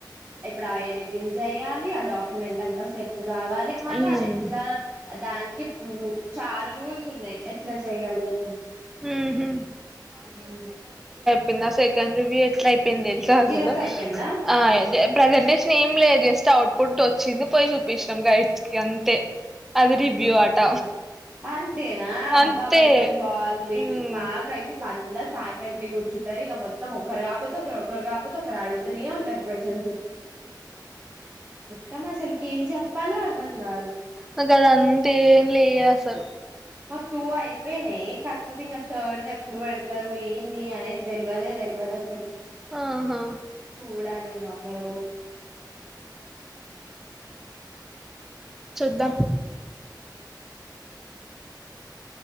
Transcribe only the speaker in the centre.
ఉమ్
ఉహు
కింద సెకండ్ రివ్యూ ఎట్లా అయి అయిపోయింది తెలుసా అసలు
ఆ దే ప్రజెంటేషన్ ఏం లేదు అసలు జస్ట్ అవుట్ ఫుటూ వచ్చింది పోయి చూపించినం రైట్ కీ అంతే అది
రివ్యూ అట
అంతే
ఉమ్
నాకు అది అంతే ఏం లేదు అసలు
ఆహా
చూద్దాం